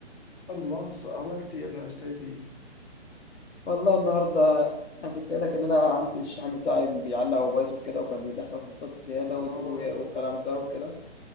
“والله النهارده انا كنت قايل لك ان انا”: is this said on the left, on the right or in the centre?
Left